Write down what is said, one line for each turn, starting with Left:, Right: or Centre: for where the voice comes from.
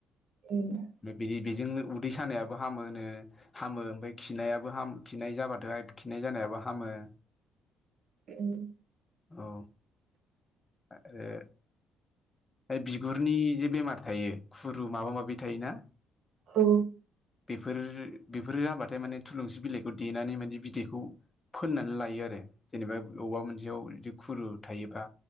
Right: <unintelligible>
Left: बिदि बेजोंनो उदै सानायाबो हामोनो हामो ओमफाय खिनायाबो हाम खिनाय जाबाथाय खिनाय जानायाबो हामो
Right: ओं
Left: औ आरोे बिगुरनि जे बेमार थायो खुरु माबा माबि थायोना
Right: औ
Left: बेफोरो बेफोरो जाबाथाय माने थुलुंसि बिलाइखौ देनानै माने बिदैखौ फोननानै लायो आरो जेनेबा बबावबा मोनसेयाव बिदि खुरु थायोबा